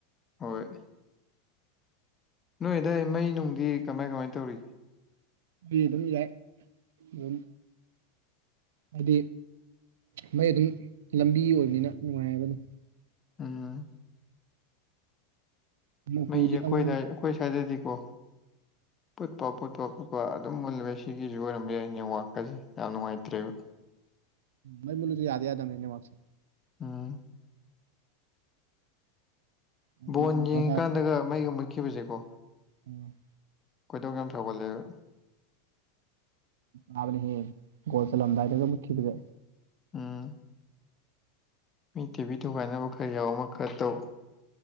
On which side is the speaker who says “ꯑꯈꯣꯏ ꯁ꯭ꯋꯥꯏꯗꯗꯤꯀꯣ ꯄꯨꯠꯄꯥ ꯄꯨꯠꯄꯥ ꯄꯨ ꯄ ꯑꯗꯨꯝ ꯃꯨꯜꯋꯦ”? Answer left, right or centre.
Left